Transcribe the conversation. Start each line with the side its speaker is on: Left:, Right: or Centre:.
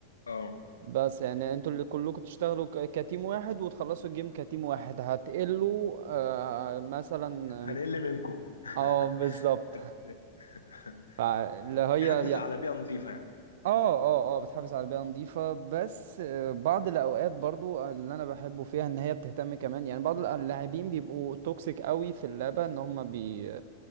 Left: اه
Right: بس يعني انتوا اللي كلكم تشتغلوا ك- كتيم واحد وتخلصوا الجيم كتيم واحد هتقلوا آه مثلا
Left: هنقل منكم <laughs>
Right: اه بالظبط <laughs> فاللي هي
Left: بتحافظ
Right: يعني
Left: على بيئة نظيفة يعني
Right: اه اه اه بتحافظ على بيئة نظيفة بس آه، بعض الأوقات برضو اللي أنا بحبه فيها إن هي بتهتم كمان يعني بعض اللاعبين بيبقوا توكسيك قوي في اللعبة إن هم بي